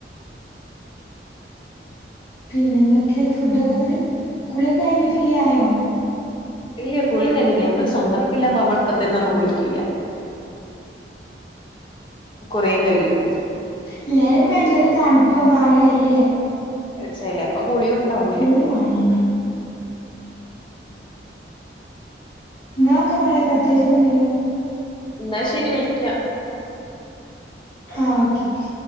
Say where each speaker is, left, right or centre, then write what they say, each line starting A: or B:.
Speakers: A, on the left; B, on the left.
A: പിന്നെ എന്തൊക്കെ ഫുഡൊക്കെ വന്നിട്ട് കുളിയ ഒക്കെ കഴിഞ്ഞ് ഫ്രീ ആയോ
B: ഇല്ല <unintelligible> നമ്മള് സ്വന്തമായിട്ടില്ലാ്പോ നമ്മള ഇപ്പോ തന്നെ ഒന്നും കുളിക്കൂല്ല കൊറേ കഴിയും
A: ഇല്ലാലും ഇപ്പ എന്തൊരു തണുപമാകല്ലേ
B: ചേലേപ്പെ കുളിയും ഉണ്ടാവൂലേ
A: ള്ളും മായന്നെ ന്നാക്കെ മോളെ പ്രത്യേകൊച്ചൊന്നുല്ലല്ലോ
B: ന്നാ ശെരി വിളിക്കാ
A: ആഹ് ഓക്കെ